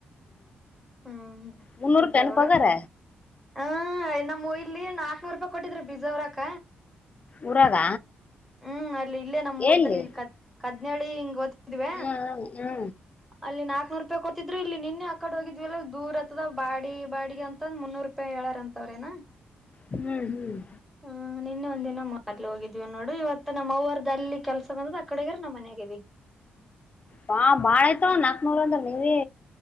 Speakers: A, in the centre; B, on the left (about 35°).
A: ಹ್ಮ್
B: ಮುನ್ನೂರು
A: ಇದ್ದವಾಗ
B: ಟನ್ ಪಗಾರ
A: ಹ ಇಲ್ಲ ನಮ್ಮ್ ಇಲ್ಲಿ ನಾಕಕ್ನೂರು ರೂಪಾಯಿ ಕೊಟ್ಟಿದ್ರ ಬೀಜಾ ಹೋರಾಕ.
B: ಊರಾಗ
A: ಹ್ಮ್ ಅಲ್ಲಿ ಇಲ್ಲೇ ನಮ್ಮುರ್
B: ಎಲ್ಲಿ
A: ತಲೆ ಇಲ್ಕ ಕದ್ನೇಳಿ ಹಿಂಗೊತ್ ತೀವ
B: ಹ್ಮ್ ಹ್ಮ್
A: ಅಲ್ಲಿ ನಾ ನೂರ್ ರೂಪಾಯಿ ಕೊತ್ತಿದ್ರು ಇಲ್ಲಿ ನಿನ್ನೆ ಆ ಕಡೆ ಹೊಗಿದ್ ದೂರ್ ಅತ್ತದ ಬಾಡಿ ಬಾಡಿಗೆ ಅಂತಂದ್ ಮುನ್ನೂರು ರೂಪಾಯಿ ಏಳಾರ ಅಂತವ್ರೇನ.
B: ಹ್ಮ್-ಹ್ಮ್
A: ಹ್ಮ ನಿನ್ನೆ ಒಂದಿನ ಮರ್ಲಿ ಹೋಗಿದ್ವಿ ನೋಡು ಇವತ್ತ ನಮ್ಮ್ ಅವರ್ದಲ್ಲಿ ಕೆಲ್ಸ ಬಂದದ ಆ ಕಡೆಗಾರ ನಮ್ಮ್ ಮನ್ಯಗದವಿ.
B: ಹಾ ಬಾಳ ಆಯ್ತವ ನಾಕ್ನೂರ್ ಅಂದ್ರ ನೀವೆ